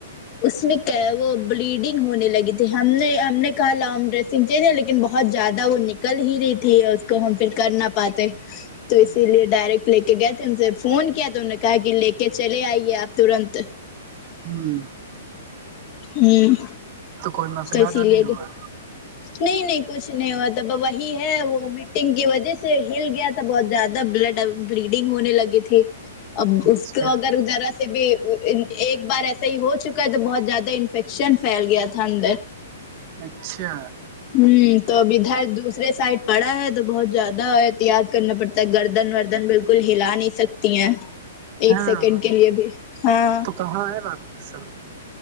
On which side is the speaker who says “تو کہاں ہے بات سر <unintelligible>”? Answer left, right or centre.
Right